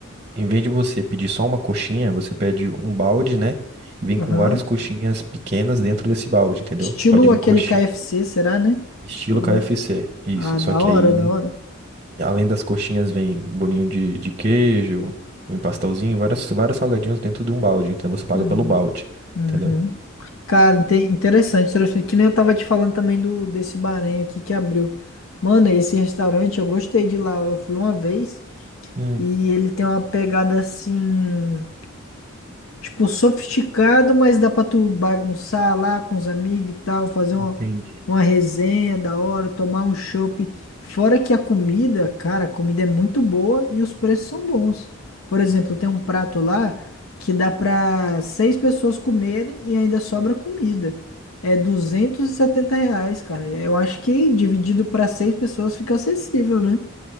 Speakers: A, on the right; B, on the left.
A: Em vez de você pedir só uma coxinha, você pede um balde, né? E vem
B: Aham.
A: com várias coxinhas pequenas dentro desse balde, entendeu?
B: Estilo
A: Pode vir
B: aquele
A: coxinha.
B: KFC, será, né?
A: Estilo
B: Tipo, né?
A: KFC. Isso.
B: ah,
A: Só
B: da
A: que
B: hora,
A: aí,
B: da hora.
A: além das coxinhas, vem bolinho de, de queijo, um pastelzinho, várias, vários salgadinhos dentro de um balde. Então você paga
B: Hum,
A: pelo balde,
B: uhum.
A: entendeu?
B: Cara, inte- interessante, interessante. Que nem eu tava te falando também do desse Bahrein aqui que abriu. Mano, esse restaurante, eu gostei de lá. Eu fui uma vez.
A: Hum,
B: E ele tem uma pegada assim, tipo, sofisticado, mas dá pra tu bagunçar lá com os amigos e tal, fazer
A: entendi.
B: uma, uma resenha da hora, tomar um chopp. Fora que a comida, cara, a comida é muito boa e os preços são bons. Por exemplo, tem um prato lá que dá pra seis pessoas comerem e ainda sobra comida. É 270 reais, cara. Eu acho que dividido pra seis pessoas fica acessível, né?